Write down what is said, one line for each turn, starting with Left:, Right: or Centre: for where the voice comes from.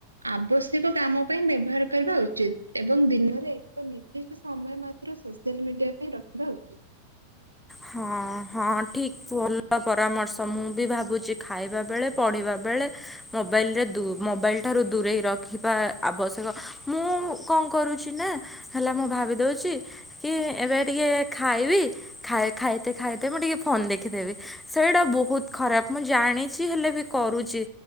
Right: ଆବଶ୍ୟକ କାମ ପାଇଁ ବ୍ୟବହାର କରିବା ଉଚିତ୍ ଏବଂ ଦିନରେ ଏକ ନିର୍ଦ୍ଦିଷ୍ଟ ସମୟ ମାତ୍ ମାତ୍ର ସୋସ୍ୟାଲ୍ ମିଡିଆ ପାଇଁ ରଖିବା ଉଚିତ୍।
Centre: ହଁ ହଁ ଠିକ୍ ଭଲ। ପରାମର୍ଶ ମୁଁ ବି ଭାବୁଚି ଖାଇବା ବେଳେ ପଢିବା ବେଳେ ମୋବାଇଲି ରେ ଦୁ ମୋବାଇଲି ଠାରୁ ଦୂରେଇ ରଖିବା ଆବଶ୍ୟକ ମୁଁ କଣ କରୁଚି ନା ହେଲା ମୁଁ ଭାବି ଦୋଉଚି କି ଏବେ ଟିକେ ଖାଇବି। ଖାଇ ଖାଇତେ ଖାଇତେ ମୁଁ ଟିକେ ଫୋନ ଦେଖିଦେବି ସେଇଟା ବୋହୁତ ଖରାପ ମୁଁ ଜାଣିଚି ହେଲେ ବି କରୁଚି